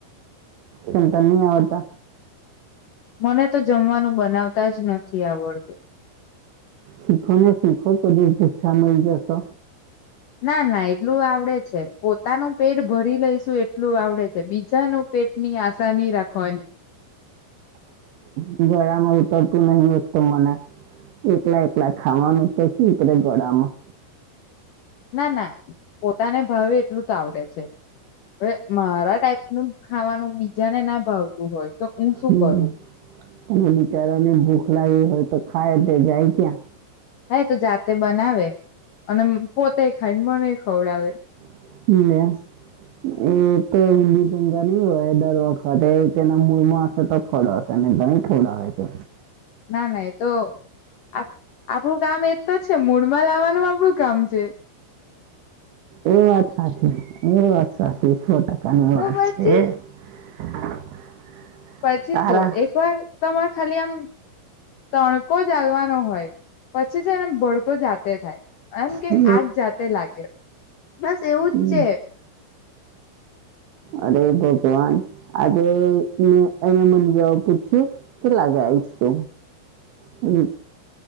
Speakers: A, on the right (about 70°); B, on the left (about 70°).
A: ચિંતા ન ઓ તો.
B: મને તો જમવાનું બનાવતા જ નથી આવડતું.
A: શીખો ને, શીખો કોદી, ભૂખા મળી જશે.
B: ના, ના, એટલું આવડે છે, પોતાનું પેટ ભરી લઈશું, એટલું આવડે છે, બીજાનું ભેટની આશા ની રાખવાની.
A: ગળામાં ઉતરતુ નહીં, એક તો મને. એકલા, એકલા ખાવાનું ક્યાંથી ઉતરે ગળામાં.
B: ના, ના, પોતાને ભાવે એટલું આવડે છે, હવે મારા ટાઈપ ખાવાનું બીજાને ના ભાવતું હોય તો, હું શું
A: હમ,
B: કરું.
A: અને બિચારાને ભૂખ લાગી હોય, તો ખાય તે, જાય ક્યાં.
B: હે તો જાતે બનાવે, અને પોતેય ખાય, મને ખવડાવે.
A: <unintelligible> એ તો હિન્દી ટ ગ ન હોય, એ દર વર્ખત એ તેના મુર્મ આવશે તો ખવડાવશે. <unintelligible> <inaudible> અને ગણી ખવડાવે છે.
B: ના, ના, તો આપ આપણું કામ એ જ તો છે મૂળમાં લાવવાનું, આપણું કામ છે.
A: એ વાત સાચી, એ વાત સાચી, સો ટકાની
B: તો
A: વાત
B: પછી
A: છે. <unintelligible>
B: પછી
A: તારા
B: જો એક વાર તમારે ખાલી આમ, તણકો જાલવાનો હોય. પછી જને બ જાતે થાય, એમ કે
A: હમ,
B: આજ જાતે લાગે બસ એવું
A: હમ.
B: જ છે.
A: અરે ભગવાન, આજે એને મને જવા પૂછ્યું. કે લાગે, આજે તો. તું